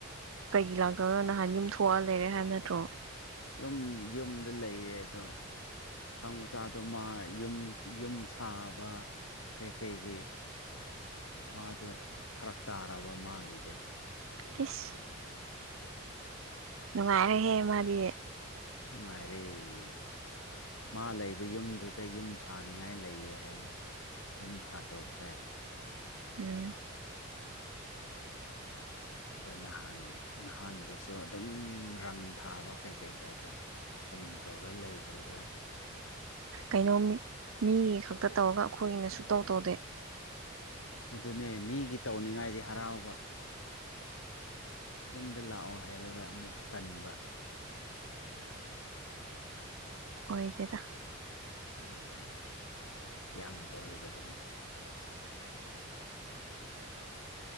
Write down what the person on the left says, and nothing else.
ꯌꯨꯝ ꯌꯨꯝꯗ ꯂꯩꯌꯦ ꯑꯗꯣ ꯑꯥꯡ ꯃꯆꯥꯗꯣ ꯌ ꯌꯨꯝ ꯁꯥꯕ ꯀꯩꯀꯩꯒꯤ ꯃꯥꯗꯣ ꯐꯔꯛ ꯇꯥꯔꯕ ꯃꯥꯒꯤꯗꯣ
ꯅꯨꯡꯉꯥꯏꯔꯦ ꯃꯥ ꯂꯩꯕ ꯌꯨꯝꯗꯨꯗ ꯌꯨꯝ ꯁꯥꯅꯤꯉꯥꯏ ꯂꯩꯌꯦ ꯍꯥꯏꯅ ꯌꯨꯝ ꯁꯥ ꯗꯣꯈ꯭ꯔꯦ
ꯑꯗꯨ ꯅꯍꯥꯟ ꯅꯍꯥꯟꯗꯨꯁꯨ ꯑꯗꯨꯝ ꯔꯪ ꯊꯥꯕ ꯀꯩꯀꯩ ꯇꯧꯕ ꯁꯨꯝ ꯇꯧꯔ ꯂꯩꯕꯨꯔꯒ
ꯑꯗꯨꯅꯦ ꯃꯤꯒꯤ ꯇꯧꯅꯤꯡꯉꯥꯏꯗꯤ ꯍꯔꯥꯎꯕ ꯌꯨꯝꯗ ꯂꯥꯛꯑꯣ ꯍꯥꯏꯔꯒ ꯑꯃꯨꯛ ꯇꯟꯕ
ꯎꯝ ꯌꯥꯝ ꯑꯣꯏꯗꯕꯅꯦ